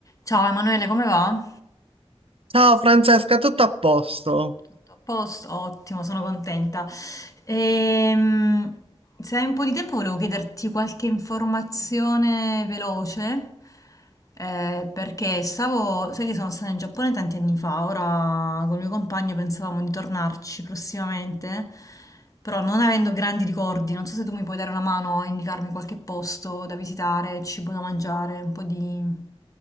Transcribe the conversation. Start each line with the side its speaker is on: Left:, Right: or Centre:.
Left: Ciao Emanuele, come va?
Right: Ciao Francesca, tutto a posto?
Left: Tutto a posto? Ottimo, sono contenta. Ehm, se hai un po' di tempo volevo chiederti qualche informazione veloce, eh, perché stavo, sai che sono stata in Giappone tanti anni fa, ora col mio compagno pensavamo di tornarci prossimamente, però non avendo grandi ricordi, non so se tu mi puoi dare una mano a indicarmi qualche posto da visitare, cibo da mangiare, un po' di...